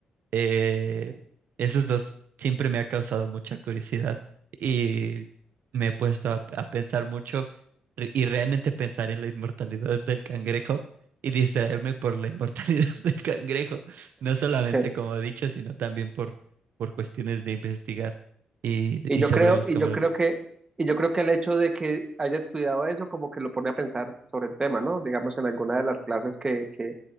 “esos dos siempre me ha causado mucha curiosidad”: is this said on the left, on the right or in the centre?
Right